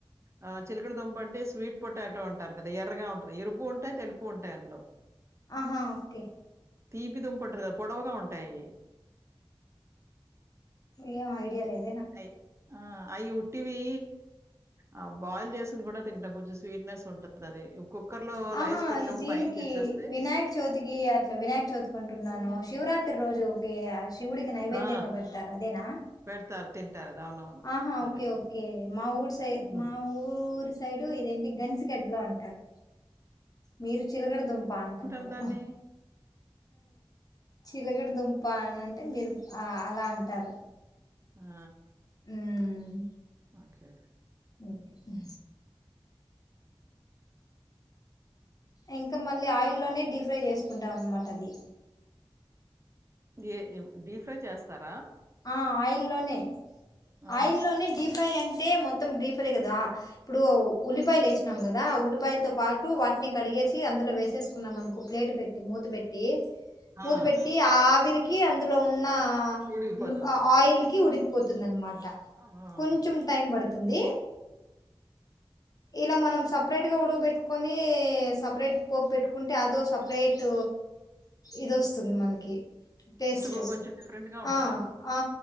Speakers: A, on the right; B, on the left.
A: ఆ చిలకడ దంప అంటే స్వీట్ పొటాటో అంటారు కదా ఎర్రగా ఉంటుంది ఎరుపు ఉంటాయి తెలుపు ఉంటాయి అందులో
B: ఆహా! ఓకే.
A: తీపి దుంప ఉంటది కదా పొడవుగా ఉంటాయి
B: ఏం ఐడియా లేదు
A: అయి ఆ! అయి ఉట్టివి ఆహ్, బాయిల్ చేసుకొని కూడా తింటాం. కొంచెం స్వీట్‌నెస్ ఉంటదది. కుక్కర్‌లో
B: హా
A: రైస్
B: హా
A: పెట్టినప్పుడు
B: దీనికి
A: పైన పెట్టేస్తే
B: వినాయక చవితికి అట్లా వినాయక్ చవితికుంటున్నాను శివరాత్రి రోజు ఒకే యాక్షన్ శివునికి నైవేద్యం
A: ఆ!
B: గా పెడతారు అదేనా
A: పెడతారు. తింటారు అది. అవునవును.
B: హహ
A: అదే.
B: ఓకే
A: హ్మ్.
B: ఒకే మా ఉరి సై
A: హ్మ్.
B: మా ఉరి సైడ్ సైడు ఇదేంటి గన్సిగడ్డ లు అంటారు మీరు చిలగడదుం బా అంటున్నారు
A: ఏమంటారు దాన్ని?
B: చిలగడదుంప అనంటే మీరు ఆ అలా అంటారు
A: ఆ
B: మ్మ్
A: ఓకే
B: ఓకే ఇంక మళ్ళీ ఆయిల్లోనే డీ ఫ్రై చేసుకుంటా వన్మాటది
A: ఏ ఏం డీప్ ఫ్రై చేస్తారా
B: ఆ ఆయిల్లోనే
A: ఆ!
B: ఆయిల్ లోనే డీఫ్ త్రయంటే మొత్ మొత్తం డీప్ ఫ్రై గదా ఇప్పుడు ఉల్లిపాయలు ఏస్నాం గదా ఆ ఉల్లిపాయ్లతో పాటు టు వాటిని కడిగేసి అందులో వేసేసుకున్నాం అనుకో ప్లేట్ పెట్టి మూత పెట్టి మూత
A: ఆ!
B: బెట్టి ఆ ఆవిరికి కి అందులో ఉన్న
A: ఉడికిపోతది.
B: ఆ ఆ ఆయిల్కి ఉడికిపోతుందన్మాట్
A: ఆ!
B: కొంచుం టైమ్ బడద్ తుంది ఇలా మనం సపరేట్ గా ఉడగు బెట్టుకోని, సెపరేట్ పోప్ పెట్టుకుంటే అదో సపరేట్ ఇదొస్తుంది మనకి టేస్ట్
A: కూడా కొంచెం డిఫరెంట్‌గా ఉంటదది.
B: ఆ ఆ